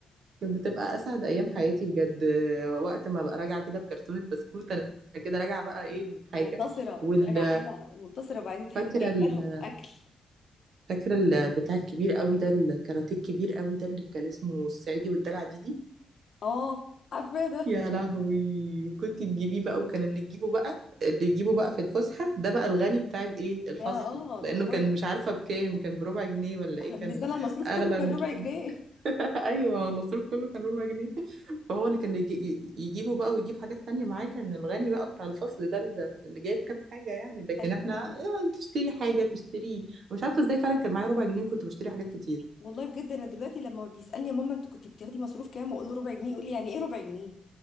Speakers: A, on the right (about 55°); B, on the left (about 50°).
A: كانت بتبقى اسعد ايام حياتي بجد وقت ما ببقى راجعه كده بكرتونه بسكوت انا كده راجعه بقى ايه بحاجه
B: منتصرة
A: وال
B: انت راجعة كده منتصرة وبعدين تحس
A: فاكره
B: انك اي
A: ال...
B: كلام اكل
A: فاكره البتاع الكبير قوي ده الكاراتيه الكبير قوي ده اللي كان اسمه الصعيدي والدلع دي دي،
B: اه عارفة ده
A: يا لهوي كنت تجيبيه بقى وكان اللي تجيبه بقى اللي يجيبه بقى في الفسحه ده بقى الغني بتاع الايه الفصل
B: ده اه
A: لانه
B: ده خلاص
A: كان
B: بقى.
A: مش عارفه بكام كان بربع جنيه ولا
B: احنا
A: ايه
B: بالنسبة
A: كان
B: لنا المصروف
A: اغلى
B: كله كان
A: من التاني.
B: ربع جنيه
A: <laughs> ايوه النصيب كله كان ربع جنيه فهو اللي كان يجي ي- يجيبه بقى ويجيب حاجات تانية معاه كان الغني بقى بتاع الفصل ده اللي اللي جايب كام حاجة يعني لكن
B: ايوه
A: احنا
B: ايوه
A: آه، تشتري حاجة تشتري مش عارفة ازاي فعلا كان معايا ربع جنيه وكنت بشتري حاجات كتير
B: والله بجد انا دلوقتي لما بيسألني يا ماما انت كنت بتاخدي مصروف كام واقول له ربع جنيه يقول لي يعني ايه ربع جنيه